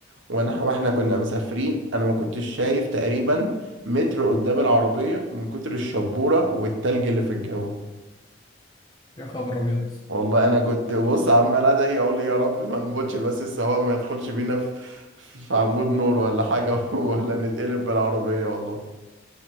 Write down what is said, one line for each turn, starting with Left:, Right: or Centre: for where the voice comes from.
Right: وانا واحنا كنا مسافرين انا ما كنتش شايف تقريبا متر قدام العربية من كتر الشبورة والتلج اللي في الجو
Left: يا خبر ابيض
Right: والله انا كنت بص عمال ادعي اقول يا رب ما نموتش بس السواق ما يدخلش بينا في في عمود نور ولا حاجة <laughs> ولا نتقلب بالعربية والله